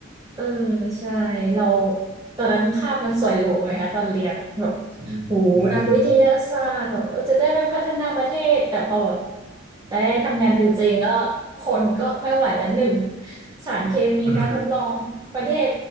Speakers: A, on the right (about 20°); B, on the right (about 35°).
A: เออใช่เราตอนนั้นภาพมันสวยหรูไงคะตอนเรียนอะแบบ
B: อืมอืม
A: โอ้โฮนักวิทยาศาสตร์แบบเออจะได้มาพัฒนาประเทศแต่พอแบบได้ทำงานจริงๆก็คนก็ไม่ไหวแล้วหนึ่งสารเคมีการทดลองประเทศ
B: <laughs>